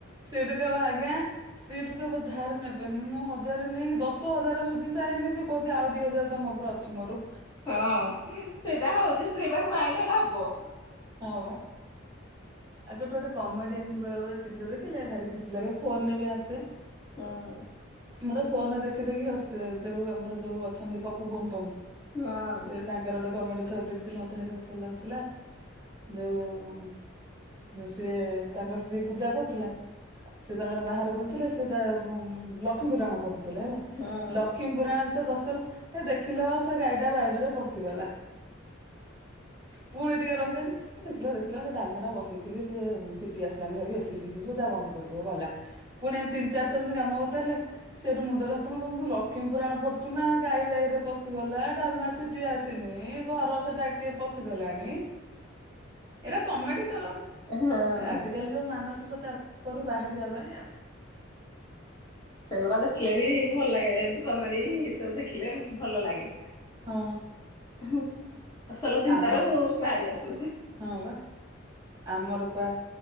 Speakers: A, on the right; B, on the left.
A: ସେଠୁ ଦବ ଆଜ୍ଞା। ସ୍ତ୍ରୀଠୁ କେବେ ଧାର ନେବେ ନି ମୁଁ ହଜାର ନେଇକି ଦଶ ହଜାର ସୁଝି ସାରିଲିଣିି ସେ କହୁଛି ଆଉ ଦି ହଜାର ତମ ଉପରେ ଅଛି ମୋର।
B: ହଁ ସେଇଟା ହଉଛି ସ୍ତ୍ରୀ ପାଖରୁ ଆଣିଲେ ହବ।
A: ହ ବା। ଆଗ ଗୋଟେ ଗୋଟେ କମେଡ଼ିଆନ ବେଳେ ବେଳେ ଟିଭିରେ ଦେଖିଲେ ଭାରି ଖୁସି ଲାଗେ ଫୋନ ରେ ବି ଆସେ।
B: ହଁ
A: ମୁଁ ତ ଯୋଉ ଫୋନ ଦେଖି ଦେଖି ହସେ ଯୋଉ ଆମର ଯୋଉ ଅଛନ୍ତି ପପୁ ପମପମ୍।
B: ୱାଓ।
A: ତାଙ୍କର ଗୋଟେ କମେଡି ଥରେ ଦେଖିଥିଲି ମୋତେ ଭାରି ହସ ଲାଗୁଥିଲା ଯୋଉ ସିଏ ତାଙ୍କ ସ୍ତ୍ରୀ ପୂଜା କରୁଥିଲା। ସେ ତାଙ୍କର ବାହାରେ ବୁଲଥିଲେ ସେ ତା କ ଲକ୍ଷ୍ମୀପୁରାଣ ପଡୁଥିଲେ। ହେଲା
B: ହଁ।
A: ଲକ୍ଷ୍ମୀ ପୁରାଣ ଭିତରେ ଦଶଥର ହେ ଦେଖିଲ ସେ ଗାଈଟା ବାଡିରେ ପଶିଗଲା। ପୁଣି ଟିକେ ରହିଯାଇକି ଦେଖିଲ ଦେଖିଲ ସେ ଡାଲମାଟା ବସେଇ ସିଟି ଆସିଲାଣି ଘରେ ବେଶୀ ସିଝି ଯିବ ଯା ବନ୍ଦକରିଦବ ଗଲା। ପୁଣି ଏମତି ତିନି ଚାରିଥରିନ କାମ ବାଟେଇଲେ। ସେଠୁ ମୁଣ୍ଡରେ ହାତ ମାରି ତୂ ଲକ୍ଷ୍ମୀ ପୁରାଣ ପଢୁଛୁ ନା ଗାଈ ଗାଇ ରେ ପଶି ପ ଗଲା ଡାଲମା ସିଟି ଆସିନି ଘର ସେଟା କିଏ ପଶିଗଲାଣି। ଏରା କମେଡି କରନ୍ତି।
B: ହଁ।
A: କାଲି ତ ମାନସିକ ଚାପରୁ ବାହାରିବା ପାଇଁ ଆଉ
B: ସେଗୁଡା ଦେଖିଲେ ବି ଭଲ ଲାଗେ କମେଡ଼ି ଏ ସବୁ ଦେଖିଲେ ଭଲ ଲାଗେ।
A: ହଁ।
B: ହଁ ଅସଲ ଚିନ୍ତାରୁ
A: ଆମ
B: ବାହାରି ଆସୁ।
A: ହଁ ବା। ଆମର ପା